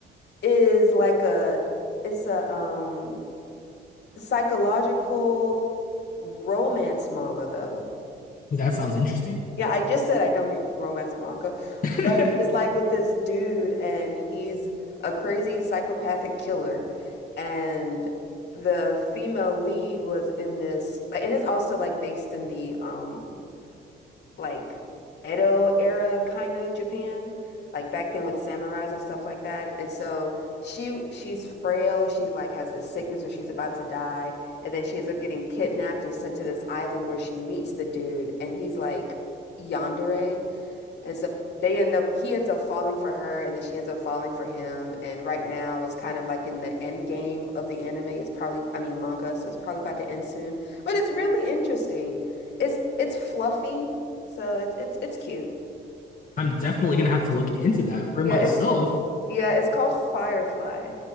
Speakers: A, on the left; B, on the left.
A: is like a it's a um psychological romance manga though.
B: Ooh, that sounds interesting.
A: Yeah, I just said I don't read romance manga,
B: <laughs>
A: but it's like with this dude, and he's a crazy psychopathic killer, and the female lead was in this, and it's also like based in the um like Edo era kind of Japan, like back then with samurais and stuff like that. And so she she's frail. She's like has this sickness where she's about to die, and then she ends up getting kidnapped and sent to this island where she meets the dude, and he's like yandere. And so they end up, he ends up falling for her, and then she ends up falling for him. And right now, it's kind of like in the end game of the anime. It's probably, I mean, manga, so it's probably about to end soon. But it's really interesting. It's it's fluffy, so it's it's it's cute.
B: I'm definitely gonna have to look into that for
A: Yeah,
B: myself.
A: it, yeah, it's called Firefly.